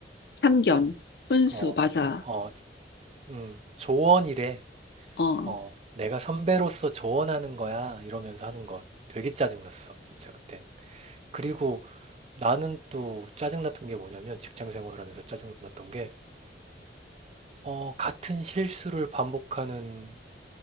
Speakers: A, on the left (about 60°); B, on the right (about 35°).
A: 참견, 훈수,
B: 어,
A: 맞아.
B: 어, 음, 조언이래.
A: 어.
B: 어, 내가 선배로서 조언하는 거야. 이러면서 하는 거 되게 짜증났어. 진짜 그땐. 그리고 나는 또 짜증났던 게 뭐냐면 직장 생활하면서 짜증났던 게 어, 같은 실수를 반복하는